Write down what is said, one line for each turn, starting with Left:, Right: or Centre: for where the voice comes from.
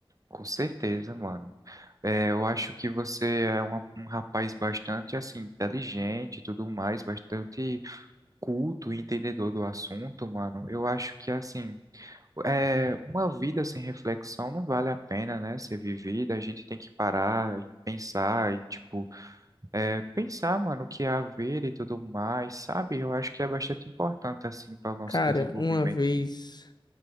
Right: com certeza, mano. É, eu acho que você é uma- um rapaz bastante assim, inteligente e tudo mais, bastante culto e entendedor do assunto, mano. Eu acho que assim, é, uma vida sem reflexão não vale a pena, né, ser vivida. A gente tem que parar e pensar e, tipo, é, pensar, mano, o que é a vida e tudo mais, sabe? Eu acho que é bastante importante, assim, para o nosso
Left: Cara,
Right: desenvolvimento.
Left: uma vez